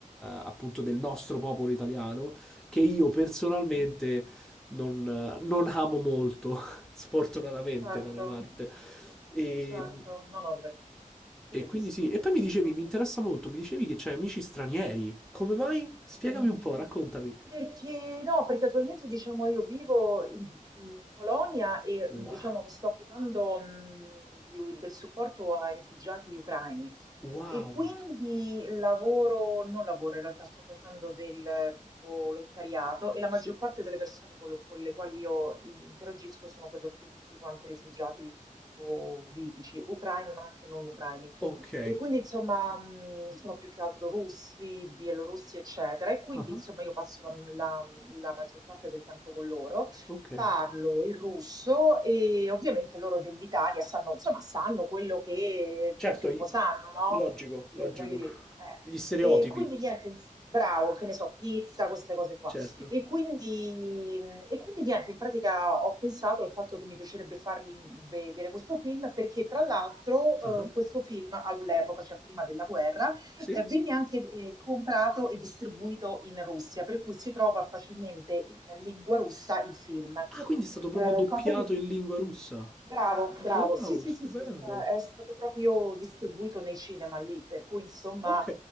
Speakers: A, in the centre; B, on the right.
A: eh, appunto del nostro popolo italiano, che io personalmente
B: Mhm.
A: non, non amo molto, <laughs> sfortunatamente
B: Certo,
A: da una parte. E,
B: certo. No, no, vabbè. Ti
A: e
B: capisco,
A: quindi sì,
B: ti
A: e poi
B: capisco.
A: mi dicevi, mi interessa molto, mi dicevi che c'hai amici stranieri. Come mai? Spiegami
B: Mhmm,
A: un po', raccontami.
B: perché no, perché attualmente diciamo io vivo in in Polonia e,
A: Wow,
B: mhmm, diciamo mi sto occupando, mhmm, di u del supporto ai rifugiati ucraini
A: wow,
B: e quindi lavoro non lavoro in realtà, sto facendo del volontariato e la maggior
A: sì.
B: parte delle persone con lo con le quali io interagisco sono per lo più tutti quanti rifugiati politici, ucraini ma anche non ucraini.
A: Ok.
B: E quindi insomma mh, sono più che altro russi, bielorussi, eccetera. E quindi
A: Ah.
B: insomma io passo la, la- la maggior parte del tempo con loro,
A: Ok.
B: parlo il russo e ovviamente loro dell'Italia sanno, insomma, sanno quello che
A: Certo,
B: tutti un
A: i-
B: po' sanno, no?
A: logico, logico.
B: Voglio dire, eh.
A: Gli stereotipi,
B: E quindi niente, bravo, che ne so, pizza, queste cose qua.
A: certo.
B: E quindi, e quindi niente, in pratica ho pensato al fatto che mi piacerebbe fargli vedere questo film perché tra l'altro
A: Ah,
B: eh, questo film all'epoca, cioè prima della guerra,
A: Sì?
B: eh,
A: Ah,
B: venne anche eh, comprato e distribuito in Russia, per cui si trova facilmente in lingua russa il film.
A: ah, quindi è stato proprio
B: Eh,
A: doppiato
B: cosa che...
A: in lingua russa.
B: Bravo, bravo.
A: Wow,
B: Sì, sì,
A: stupendo.
B: sì, sì, sta- è stato proprio distribuito nei cinema lì, per cui insomma...
A: Ok.